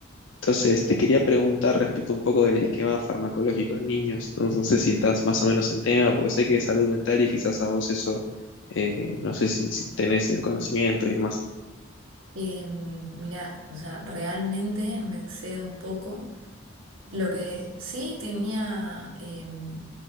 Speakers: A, on the left; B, on the right.
A: entonces, te quería preguntar respecto un poco del esquema farmacológico en niños. No, no sé si estás más o menos en tema, porque sé que es salud mental y quizás a vos eso, eh, no sé si, si tenés el conocimiento y demás.
B: Em, mira, o sea, realmente me excedo un poco. Lo que sí tenía, em,